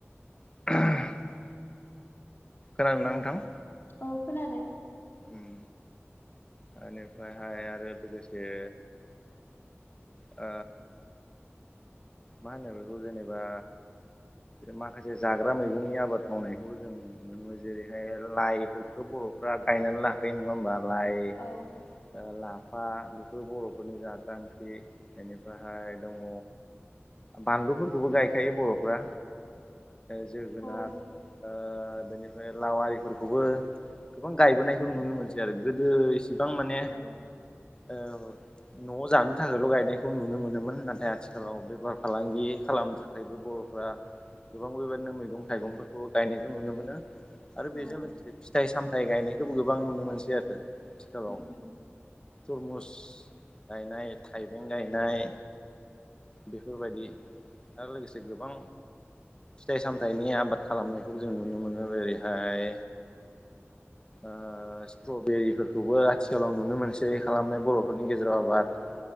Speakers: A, on the left; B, on the left.
A: <inaudible> खोनादोंना नोंथां।
B: औ खोनादो।
A: उम बेनिफ्रायहाय आरो लोगोसे। ओ मा होनो बेखौ जेनेबा माखासे जाग्रा मैगंनि आबाद मावनायखौ जों। मोनो जेरैहाय लाइफोरखौथ बरफ्रा गायनानै लाखायो नङा होमबा लाइ।
B: औ
A: ओ-लाफा बेफोर बरफोरनि जागा ओंख्रि बेनिफायहाय दङ बानलुफोरखौबो गायखायो बरफ्रा जोगोनार।
B: औ
A: ओ-बेनिफ्राय लाव आरिफोरखौबो गोबां गायबोनायखौ नुनो मोनसै आरो गोदो एसे गोबां माने
B: औ
A: ओ-नआव जानो थाखायल गायनायखौ नुनो मोनोमोन नाथाय आथिखालाव बेफार फालांगि खालामनो थाखायबो बरफ्रा। गोबां बेबायदिनो मैगं थाइगंफोरखौबो गायनायखौ नुनो मोनो। आरो बेजों
B: औ
A: लोगोसे फिथाइ सामथाय गायनायखौबो गोबां नुनो मोनसै आरो आथिखालाव।
B: उम उम
A: तरमुस गायनाय थाइबें गायनाय। बेफोरबायदि आरो लोगोसे गोबां। फिथाइ सामथाइनि आबाद खालामनायखौ जों नुनो मोनो ओेरैहाय। ओ स्ट्रबेरिफोरखौबो आथिखालाव नुनो मोनसै खालामनाय बरफोरनि गेजेराव आबाद।